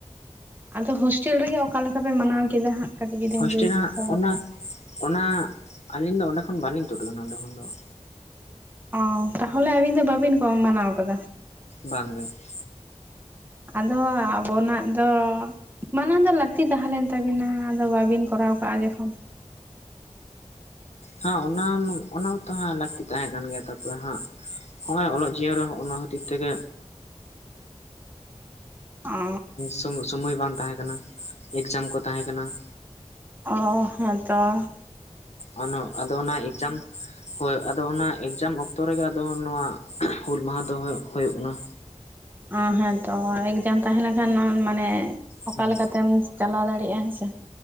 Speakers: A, on the right (about 15°); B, on the left (about 65°).
A: ᱟᱫᱚ ᱦᱳᱥᱴᱮᱞ ᱨᱮᱜᱮ ᱚᱠᱟ ᱞᱮᱠᱟ ᱯᱮ ᱢᱟᱱᱟᱣ ᱠᱮᱫᱟ ᱦᱟᱸᱜ ᱾ ᱠᱟᱴᱤᱡ ᱡᱩᱫᱤᱢ
B: ᱦᱳᱥᱴᱮᱞ
A: ᱞᱟ. ᱭ
B: ᱨᱮ
A: ᱥᱚᱫᱚᱨ
B: ᱚᱱᱟ
A: ᱠᱮ ᱾
B: ᱚᱱᱟ ᱟᱹᱞᱤᱧ ᱫᱚ ᱚᱸᱰᱮ ᱠᱷᱚᱱ ᱵᱟᱹᱞᱤᱧ ᱛᱩᱫ ᱟᱠᱟᱱᱟ ᱚᱸᱰᱮ ᱠᱷᱚᱱ ᱫᱚ ᱾
A: ᱚ ᱛᱟᱦᱚᱞᱮ ᱟᱹᱵᱤᱱ ᱫᱚ ᱠᱚ ᱵᱟᱵᱤᱱ ᱢᱟᱱᱟᱣ ᱠᱟᱫᱟ ᱾
B: ᱵᱟᱝ ᱜᱮ ᱾
A: ᱟᱫᱚ ᱟᱵᱚᱱᱟᱜ ᱫᱚ ᱢᱟᱱᱟᱣ ᱫᱚ ᱞᱟᱹᱠᱛᱤ ᱛᱟᱦᱮ ᱞᱮᱱ ᱛᱟᱵᱤᱱᱟ ᱾ ᱟᱫᱚ ᱵᱟᱵᱤᱱ ᱠᱚᱨᱟᱣ ᱠᱟᱜᱼᱟ ᱡᱚᱠᱷᱚᱱ
B: ᱦᱟᱸ ᱚᱱᱟ ᱢᱟ ᱚᱱᱟ ᱢᱟᱛᱚ ᱦᱟᱸᱜ ᱞᱟᱹᱠᱛᱤ ᱛᱟᱦᱮ ᱠᱟᱱ ᱜᱮᱭᱟ ᱾ ᱛᱟᱯᱚᱨᱮ ᱦᱟᱸᱜ ᱦᱚᱸᱜᱚᱭ ᱚᱞᱚᱜ ᱡᱤᱭᱚᱱ ᱨᱮ ᱦᱚᱜ-ᱚᱱᱟ ᱠᱷᱟᱹᱛᱤᱨ ᱛᱮᱜᱮ
A: ᱚ
B: ᱥᱚᱢ ᱥᱚᱢᱚᱭ ᱵᱟᱝ ᱛᱟᱦᱮ ᱠᱟᱱᱟ ᱮᱠᱡᱟᱢ ᱠᱚ ᱛᱟᱦᱮ ᱠᱟᱱᱟ ᱾
A: ᱚ ᱦᱮᱸ ᱛᱚ ᱾
B: ᱚᱱᱟ ᱟᱫᱚ ᱚᱱᱟ ᱮᱠᱡᱟᱢ ᱦᱳᱭ ᱟᱫᱚ ᱚᱱᱟ ᱮᱠᱡᱟᱢ ᱚᱠᱛᱚ ᱨᱮᱜᱮ, ᱟᱫᱚ ᱱᱚᱣᱟ ᱦᱩᱞ ᱢᱟᱦᱟ ᱫᱚ ᱦᱳᱭᱳᱜ ᱠᱟᱱᱟ ᱾
A: ᱚ ᱦᱮᱸ ᱛᱚ ᱮᱠᱡᱟᱢ ᱛᱟᱦᱮᱸ ᱞᱮᱱᱠᱷᱟᱱ ᱢᱟᱱᱮ ᱚᱠᱟ
B: ᱦᱩᱸ
A: ᱞᱮᱠᱟ ᱛᱮᱢ ᱪᱟᱞᱟᱣ ᱫᱟᱲᱮᱭᱟᱜ-ᱟ ᱦᱮᱸᱥᱮ ᱾